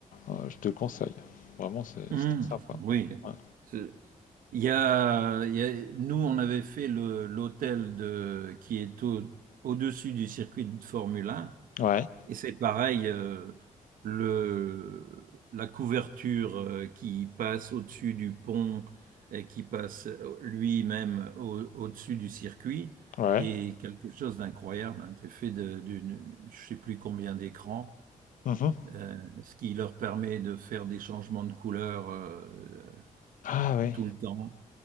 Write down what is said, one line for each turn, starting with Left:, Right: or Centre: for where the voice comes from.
Left: euh, je te le conseille. Vraiment, c'est
Right: hum,
Left: c'est très sympa.
Right: oui,
Left: Ouais,
Right: C'est- il y a, il y a- nous on avait fait le l'hôtel de qui est au, au-dessus du circuit de Formule 1
Left: ouais.
Right: et c'est pareil euh, le la couverture euh, qui passe au-dessus du pont et qui passe euh, lui-même au, au-dessus du circuit
Left: ouais.
Right: et quelque chose d'incroyable, hein. C'est fait de, d'une je sais plus combien d'écrans
Left: Mhm.
Right: euh, ce qui leur permet de faire des changements de couleur euh,
Left: Ah oui,
Right: tout le temps.